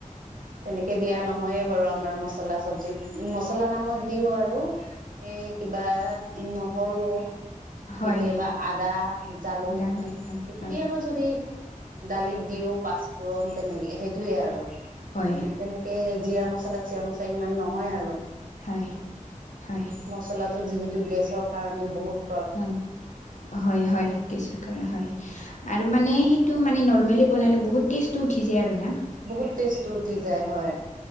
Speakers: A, on the right; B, on the left.
A: তেনেকে দিয়া নহয়ে বাৰু আমাৰ মছলা চবজিত, মচলা নামত দিও আৰু। সেই কিবা নহৰু
B: হয়
A: কেতিয়াবা আদা, জালুক
B: দা হয় হয়
A: কেতিয়াবা
B: হয়
A: যদি দালিত দিওঁ পাঁচপোৰণ তেনেকে সেইটোয়ে আৰু
B: হয়
A: তেনেকে জিৰা মছলা চিৰা মছলা সিমান নহয় আৰু
B: হয়। হয়
A: মছলা টো যিহেতু গেছৰ কাৰণেও বহুত
B: হয়। হয় হয় গেচোৰ কাৰ হয়। আৰু মানে সেইটো মানে নৰমেলি বনালে বহুত টেস্টটো উঠি যায় আৰু না।
A: বহুত টেষ্টটো উঠি যায় হয়।